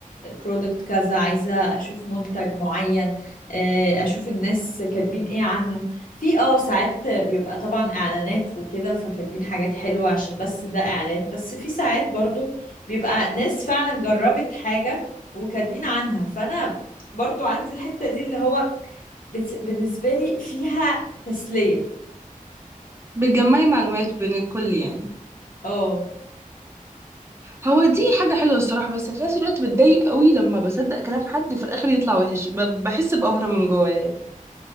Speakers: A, on the left (about 75°); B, on the right (about 20°).
A: برودكت كذا عايزة اشوف منتج معين آه، اشوف الناس كاتبين ايه عنه في اه ساعات بيبقى طبعا اعلانات وكده فكاتبين حاجات حلوة عشان بس ده اعلان بس في ساعات برضو بيبقى ناس فعلا جربت حاجة وكاتبين عنها فانا برضو عندي الحتة دي اللي هو بس- بالنسبة لي فيها تسلية
B: بتجمعي معلومات بين الكل يعني
A: اه
B: هو دي حاجة حلوة الصراحة بس في نفس الوقت بتضايق قوي لما بصدق كلام حد وفي الآخر يطلع وحش ب- بحس بقهرة من جوايا